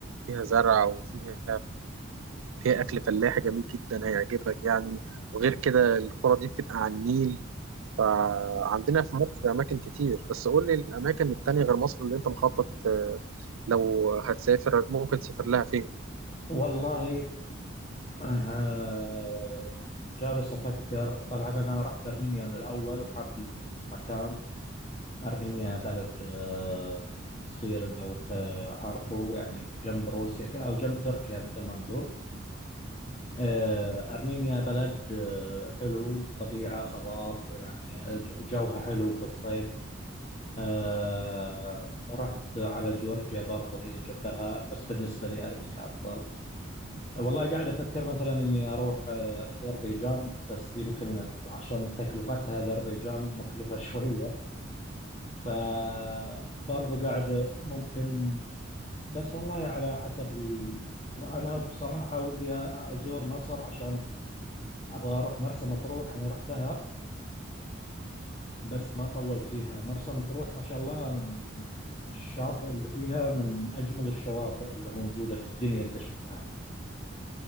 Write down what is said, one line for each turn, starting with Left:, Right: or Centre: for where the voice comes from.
Right: فيها زرع وفيها فيها أكل فلاحي جميل جدا هيعجبك يعني وغير كده القرى دي بتبقى على النيل فعندنا في مصر أماكن كتير بس قول لي الأماكن التانية غير مصر اللي أنت مخطط آه، لو هتسافر ممكن تسافر لها فين؟
Left: والله آه، جالس أفكر طبعا أنا رحت أرمينيا من الأول وحاب المكان أرمينيا بلد آه، صغير لو أنت عارفه يعني جنب روسيا ك- أو جنب تركيا مثل ما نقول آه، أرمينيا بلد آه، حلو طبيعة خضار يعني الج- جوها حلو في الصيف آه، رحت على جورجيا برضه هي جنبها بس بالنسبة لي أرمينيا أفضل والله قاعد افكر مثلا اني اروح آه، اذربيجان بس يمكن عشان تكلفتها اذربيجان مكلفه <laughs> شويه فبرضو قاعد ممكن بس والله على حسب ال... انا بصراحه ودي ازور مصر عشان ابغى اروح مرسى مطروح انا رحتها بس ما طولت فيها مرسى مطروح ما شاء الله من من الشاطئ اللي فيها من اجمل الشواطئ اللي موجوده في الدنيا اللي شفتها